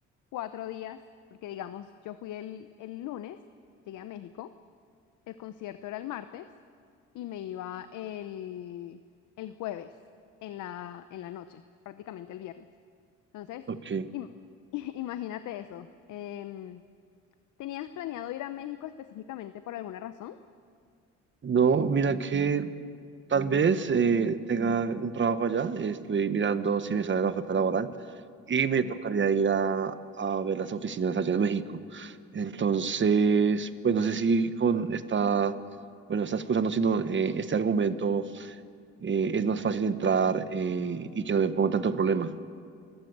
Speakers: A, on the left; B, on the right.
A: cuatro días? Porque digamos, yo fui el, el lunes, llegué a México el concierto era el martes y me iba el, el jueves en la, en la noche, prácticamente el viernes. Entonces,
B: Ok.
A: im- <laughs> imagínate eso. Em, ¿tenías planeado ir a México específicamente por alguna razón?
B: No, mira que tal vez eh, tenga un trabajo allá. Estoy mirando si me sale la oferta laboral y me
A: Ujú.
B: tocaría ir a, a ver las oficinas allá en México. Entonces, pues no sé si con esta, bueno, está excusando, sino eh, este argumento eh, es más fácil entrar eh, y que no me ponga tanto problema.